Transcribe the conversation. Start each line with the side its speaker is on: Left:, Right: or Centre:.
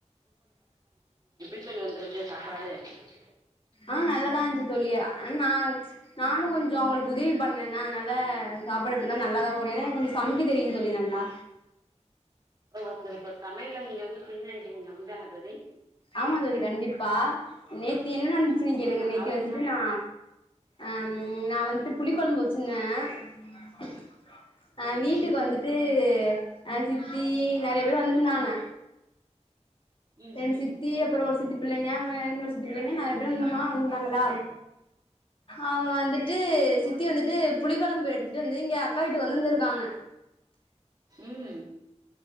Right: க்கன் வெந்திருக்கு சாப்பாடு <unintelligible>
Left: ஆஹ் நல்லாதா இருந்துச்சு தோழி ஆனா நா நானு கொஞ்ச அவங்களுக்கு உதவி பண்ணேனா அதனால சாப்பாடு எப்டி இருந்தாலு நல்லாதா வரு ஏன்னா எனக்கு கொஞ்சம் சமைக்க தெரியு தோழி நல்லா
Right: ஓ இப்ப சமயல்ல நீங்க வந் சின் ஆயிட்டீங்க அப்டிதான தோழி
Left: ஆமா தோழி கண்டிப்பா நேத்து என்னன் <unintelligible> கேளுங்க
Right: ம்
Left: நேத்தி
Right: அவருக்குதா
Left: வந்துட்டு நா அம் உம் நா வந்துட்டு புளிக்கொழம்பு வச்சிருந்தே <unintelligible> அ
Right: ம்
Left: வீட்டுக்கு வந்துட்டு அஹ் சித்தி நெறைய பேர் வந்துருந்தாங்க
Right: ம்
Left: எங் சித்தி
Right: ம்
Left: அப்புறோ ஒரு சித்தி பிள்ளைங்க ஆ இன்னொரு சித்தி பிள்ளைங்க நெறைய பேர் <unintelligible> வந்திருந்தாங்களா அவங்க வந்துட்டு சித்தி வந்துட்டு புளி கொழம்பு எடுத்துட்டு வந்து இங்க அக்கா வீட்டுக்கு கொண்டு வந்துருக்காங்க
Right: உம்